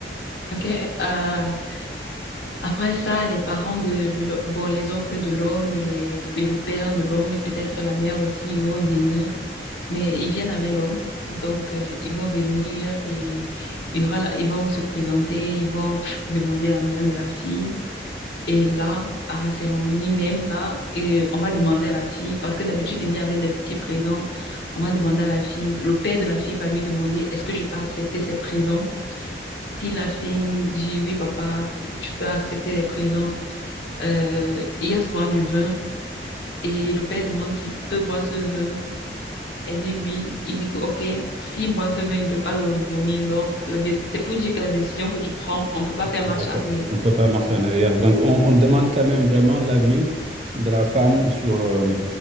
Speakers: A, on the left; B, on the right.
A: Ok, euh, Après ça, les parents de l'ho- bon, les oncles de l'homme et, les- et le père de l'homme et peut-être la mère aussi, ils vont venir. Mais ils viennent avec l'homme, donc euh, ils vont venir et il y aura la- ils vont se présenter, ils vont pff, demander la main de la fille. Et là, à la cérémonie, même là, et on va demander à la fille, parce que d'habitude, il vient avec des petits présents, on va demander à la fille, le père de la fille va lui demander, est-ce que je peux accepter ces présents? Si la fille dit oui, papa, tu peux accepter les présents, euh, il y a souvent du vin et le père demande s'il peut boire ce vin. Elle dit oui. Il dit que, OK, s'il boit ce vin, il ne peut pas le revomir. Donc, la dé- c'est pour dire que la décision que tu prends, on ne peut pas faire marche
B: D'accord.
A: arrière.
B: On ne peut pas marcher en arrière. Donc, on, on demande quand même vraiment l'avis de la femme sur, euh,